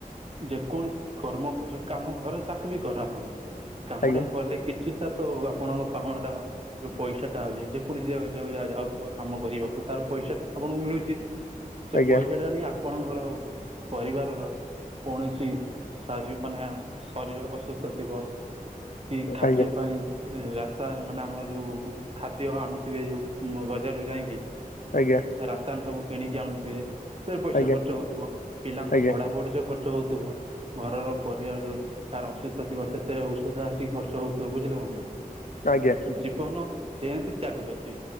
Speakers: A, on the right (about 40°); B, on the left (about 65°).
A: ଯେକୌଣସି କର୍ମ କରୁଚ କାମ କର ଯାହାବି କର ଆପଣ କାମଟା
B: ଆଜ୍ଞା
A: କଲେ କିଛିଟା ତ ଆପଣଙ୍କ ପାଉଣା ଟା ମା ଯୋଉ ପଇସା ଟା ଆଉଚି ଯେକୌଣସି ଜୋ ଜୋ ଜା ଯାଉଚ କାମ କରିବାକୁ ତାର ପଇସା ଟା ଆପଣଙ୍କୁ ମିଳୁଚି ସେ
B: ଆଜ୍ଞା
A: ପଇସା ଟା ନେଇ ଆପଣଙ୍କର ପରିବାରର କୌଣସି ଶାରୀ ମାନେ ଶ ଶରୀର ଅସୁସ୍ଥ ଥିବ କି ଖାଦ୍ୟ
B: ଆଜ୍ଞା
A: ପାଇଁ ରାସା ମାନେ ଆମର ଯୋଉ ଖାଦ୍ୟ ଆଣୁଥିବେ ଯୋଉ ମୋବାଇଲ ଜାରକୁ ଯାଇଁକି
B: ଆଜ୍ଞା।
A: ରାସାନ ସବୁ କିଣିକି ଆଣୁଥିବେ ସେଥିରେ ପଇସା
B: ଆଜ୍ଞା
A: ଖର୍ଚ୍ଚ ହଉଥିବ ପିଲାଙ୍କ
B: ଆଜ୍ଞା
A: ପଢାପଢିରେ ଖର୍ଚ୍ଚ ଚ ହଉଥିବ ଘରର ପରିବାରର କାହାର ଅସୁସ୍ଥ ଥିବ ସେଥିରେ ଔଷଧ ଆସ କି ଖର୍ଚ୍ଚ ହଉଥିବ ବୁଝିଲେ ବନ୍ଧୁ
B: ଆଜ୍ଞା
A: ଜୀବନ ଏମିତି ଚାଲିଅଛି।